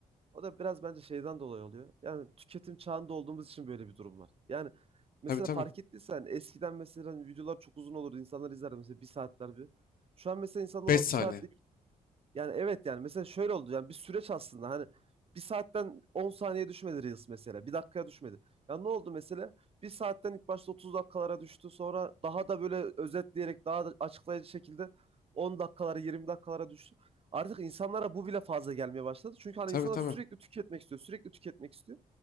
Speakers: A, on the right (about 35°); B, on the left (about 55°).
A: o da biraz bence şeyden dolayı oluyor. Yani tüketim çağında olduğumuz için böyle bir durum var. Yani mesela
B: Tabii tabii.
A: fark ettiysen eskiden mesela videolar çok uzun olurdu. İnsanlar izler mesela bir saatler bir. Şu an mesela insanlar
B: 5
A: o
B: saniye.
A: bir saatlik Yani evet yani mesela şöyle oldu yani bir süreç aslında hani bir saatten 10 saniye düşmedi Reels mesela bir dakikaya düşmedi. Ya ne oldu mesela bir saatten ilk başta 30 dakikalara düştü sonra daha da böyle özetleyerek daha da açıklayıcı şekilde 10 dakikalara 20 dakikalara düştü. Artık insanlara bu bile fazla gelmeye başladı. Çünkü hani
B: Tabii
A: insanlar
B: tabii.
A: sürekli tüketmek istiyor sürekli tüketmek istiyor.